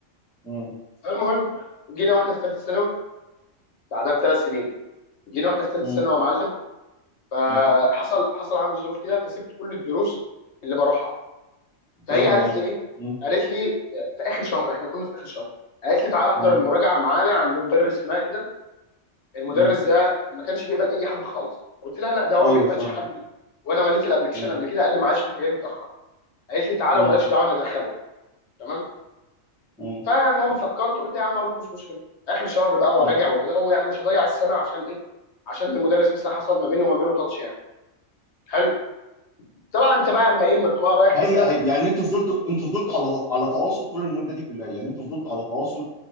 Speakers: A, in the centre; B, on the left (about 65°).
A: مم.
B: فالمهم جينا واحنا في ثالثه ثانوي بعدها بثلاث سنين جينا واحنا في ثالثه
A: مم.
B: ثانوي يا معلم فحصل
A: مم.
B: حصل عنده ظروف كده فسبت كل الدروس اللي بروحها فهي
A: فاهم
B: قالت
A: قصدي
B: لي ايه
A: مم.
B: قالت لي في اخر شهر احنا كنا في اخر شهر قالت لي تعالى احضر
A: مم.
B: المراجعه معانا عند مدرس ما كده المدرس
A: مم.
B: ده ما كانش بيقبل اي حد خالص قلت لها لا ده هو
A: ايوه
B: ما بيقبلش
A: فاهمك
B: حد وانا مليت الابلكيشن
A: مم.
B: قبل كده قال لي معلش انت جاي متاخر قالت لي تعالى
A: مم.
B: ومالكش دعوه انا ادخلك تمام
A: مم.
B: فالمهم فكرت قلت يا عم اروح مش مشكله اخر شهر بقى
A: مم.
B: وراجع وكده هو يعني مش هضيع السنه عشان ايه عشان المدرس مثلا حصل ما بينه وما بينه تاتش يعني حلو طبعا انت بقى اما ايه اما بتبقى رايح
A: فهي
B: مثلا
A: يعني انتوا فضلتوا انتوا فضلتوا على على تواصل طول المده دي كلها يعني انتوا فضلتوا على تواصل